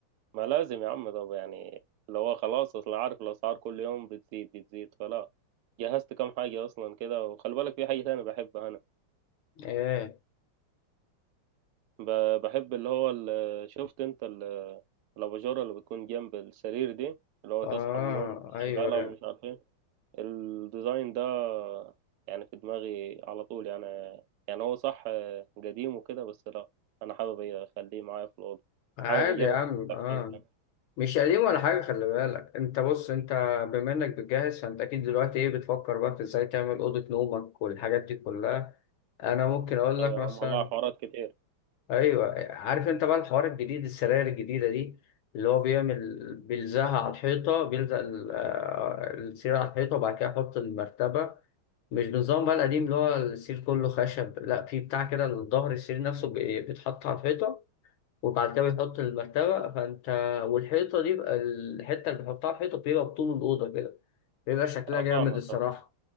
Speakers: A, on the right; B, on the left.
A: ما لازم يا عم طب يعني اللي هو خلاص أصل عارف الأسعار كل يوم بتزيد بتزيد فلا جهزت كام حاجة أصلا كده وخلي بالك في حاجة تانية بحبها أنا
B: ايه
A: ب- بحب اللي هو ال- شفت أنت ال- الأباجورة اللي بتكون جنب السرير دي اللي هو
B: اه
A: تصحى من النوم شغالة
B: ايوه ايوه
A: ومش عارف إيه الديزاين ده يعني في دماغي على طول يعني يعني هو صح آه، قديم وكده بس لا انا حابب اخليه معايا في الاوضه
B: عادي
A: حابب اجرب
B: يا عم
A: الاحساس
B: اه
A: ده
B: مش قديم ولا حاجة خلي بالك انت بص انت بما انك بتجهز فانت اكيد دلوقتي ايه بتفكر بقى في ازاي تعمل اوضة نومك والحاجات دي كلها انا ممكن اقول
A: ايوه
B: لك مثلا
A: يا عم والله حوارات كتير
B: ايوه عارف انت بقى الحوار الجديد السراير الجديدة دي اللي هو بيعمل بيلزقها على الحيطة بيلزق ال- آه، السرير على الحيطة وبعد كده يحط المرتبة مش بنظام بقى القديم اللي هو السرير كله خشب لا في بتاع كده الظهر السرير نفسه بي- بيتحط على الحيطة وبعد كده بيحط المرتبة فانت والحيطة دي بقى الحتة اللي بيحطها على الحيطة بيبقى بطول الأوضة كده بيبقى شكلها
A: اه
B: جامد
A: فاهمك
B: الصراحة
A: اه